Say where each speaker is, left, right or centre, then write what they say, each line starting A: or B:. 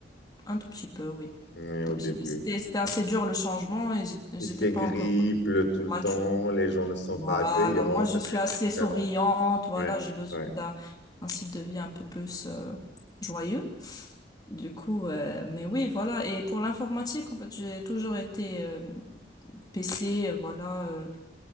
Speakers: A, on the left; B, on the left.
A: Un tout petit peu, oui.
B: Ouais, au
A: Tout
B: début.
A: petit peu. C'était, c'était assez dur le changement et j'ai-
B: Il
A: j'étais
B: fait
A: pas
B: gris,
A: encore
B: il pleut tout le
A: mature.
B: temps, les gens ne sont
A: Voilà,
B: pas accueillants,
A: moi
B: c'est
A: je suis
B: très,
A: assez
B: très différent.
A: souriante, voilà,
B: Ouais,
A: j'ai besoin
B: ouais,
A: d'un un style de vie un peu plus euh, joyeux. Du coup, euh, mais oui, voilà. Et pour l'informatique, en fait, j'ai toujours été euh, PC, euh, voilà, euh,